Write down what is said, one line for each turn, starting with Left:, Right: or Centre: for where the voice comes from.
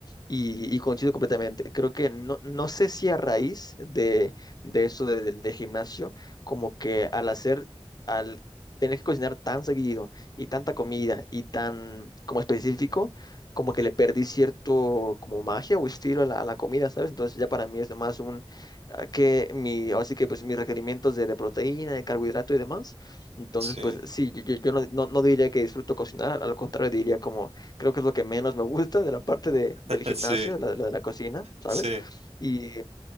Left: Y, y coincido completamente. Creo que no, no sé si a raíz de, de esto del del- del gimnasio, como que al hacer, al tener que cocinar tan seguido y tanta comida y tan como específico, como
Right: ujú.
Left: que le perdí cierto como magia o estilo a la, a la comida, ¿sabes? Entonces ya para mí es más un, ah, que mi, ahora sí que pues mis requerimientos de, de proteína, de carbohidrato y demás. Entonces
Right: Sí.
Left: pues sí, yo, yo- yo no, no, no diría que disfruto cocinar, al contrario diría como creo que es lo que menos me gusta de la <laughs> parte de,
Right: <laughs>
Left: del gimnasio,
Right: Sí,
Left: la, la de la cocina, ¿sabes?
Right: sí.
Left: Y